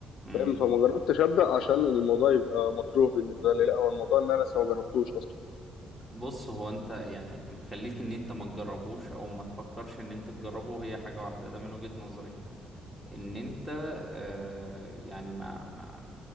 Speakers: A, in the centre; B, on the left.
A: امم
B: فاهم فما جربتش أبدأ عشان الموضوع يبقى مكروه بالنسبة لي لا هو الموضوع إن أنا لسه ما جربتوش أصلا
A: بص هو انت يعني اللي مخليك ان انت ما تجربوش او ما تفكرش ان انت تجربه هي حاجة واحدة ده من وجهة نظري ان انت آه يعني ما ما